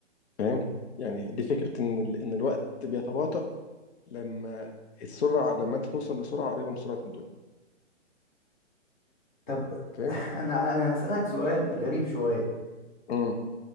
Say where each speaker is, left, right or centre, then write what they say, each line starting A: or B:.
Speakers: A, on the left; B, on the left.
A: فاهم يعني دي فكره ان ال- ان الوقت بيتباطأ لما السرعه لما انت توصل لسرعه قريبه من سرعه الضوء
B: طب
A: فاهم
B: <laughs> انا انا هسألك سؤال غريب شوية
A: امم